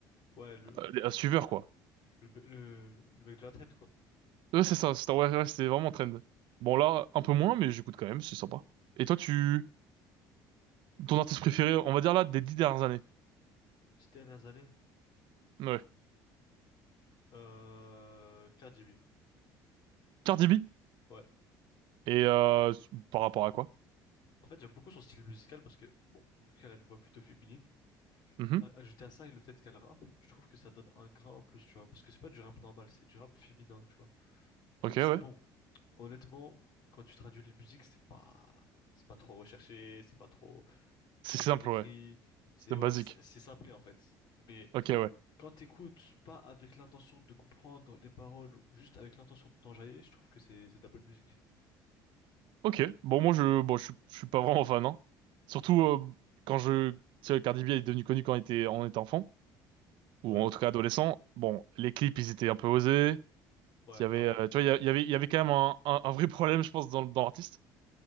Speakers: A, on the left; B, on the right.
A: Ouais, le,
B: euh, un suiveur, quoi.
A: le, me- le, le mec de la trend, quoi.
B: Ouais, c'est ça, Star Wars, ouais, c'était vraiment trend. Bon, là, un peu moins, mais j'écoute quand même, c'est sympa. Et toi, tu, ton artiste préféré, on va dire là, des dix dernières années.
A: Les dix dernières années.
B: Ouais.
A: Euh, Cardi B.
B: Cardi B.
A: Ouais.
B: Et euh, par rapport à quoi?
A: En fait, j'aime beaucoup son style musical parce que, bon, vu qu'elle a une voix plutôt féminine,
B: Mhm.
A: a- ajouter à ça le fait qu'elle rappe, je trouve que ça donne un grain en plus, tu vois. Parce que c'est pas du rap normal, c'est du rap féminin, tu vois.
B: Ok,
A: Même si,
B: ouais.
A: bon, honnêtement, quand tu traduis les musiques, c'est pas, c'est pas trop recherché, c'est pas trop.
B: C'est
A: trop
B: simple,
A: bien écrit.
B: ouais.
A: C'est
B: C'est
A: ouais,
B: basique.
A: c'est c'est simplé en fait. Mais
B: Ok, ouais.
A: quand t'écoutes pas avec l'intention de comprendre les paroles, ou juste avec l'intention de t'enjailler, je trouve que c'est c'est de la bonne musique.
B: Ok. Bon, moi, je, bon, je, suis je suis pas vraiment fan, hein. Surtout, euh, quand je, tu sais, Cardi B est devenu connu quand on était, on était enfant. Ou
A: Ouais,
B: en tout cas adolescent. Bon, les clips, ils étaient un peu osés.
A: ouais,
B: Il y avait,
A: clairement.
B: euh, tu vois, il y a- il y avait, il y avait quand même un, un, un vrai problème, je pense, dans, dans l'artiste.